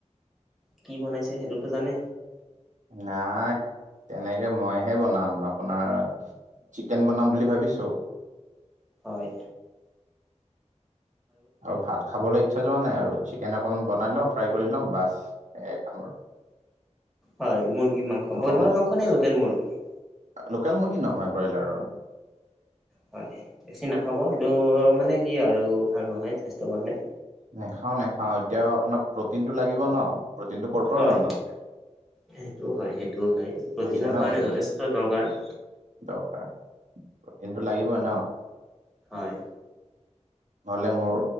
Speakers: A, in the centre; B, on the right.
A: কি বনাইছে সেইটোতো জানে
B: নাই তেনেকে মইহে বনাম আপোনাৰ চিকেন বনাম বুলি ভাবিছো
A: হয়
B: আৰু ভাত খাবলৈ ইচ্ছা যোৱা নাই আৰু চিকেন অকণমান বনাই লওঁ ফ্ৰাই কৰি লওঁ বাছ সেয়াই খাম আৰু
A: হয় মুৰ্গী মাংস
B: অকমান
A: ব্ৰইলাৰৰ মাংস নে লোকেল মুৰ্গী?
B: লোকেল মুৰ্গী নহয় ব্ৰইলাৰৰ।
A: হয় বেছি নাখাব এইটো মানে কি আৰু ভাল নহয় স্বাস্থ্যৰ কাৰণে।
B: নেখাওঁ নেখাওঁ এতিয়াও আপোনাৰ প্ৰটিন টো লাগিব ন, প্ৰটিনটো ক'ৰ পৰা
A: হয়
B: ল'ম নহলে
A: সেইটো হয় সেইটো হয় প্ৰটিনৰ
B: বুজিছে ন
A: কাৰণে
B: আপুনি
A: যথেষ্ট দৰকাৰ।
B: দৰকাৰ প্ৰটিনটো লাগিবই ন।
A: হয়
B: নহ'লে মোৰ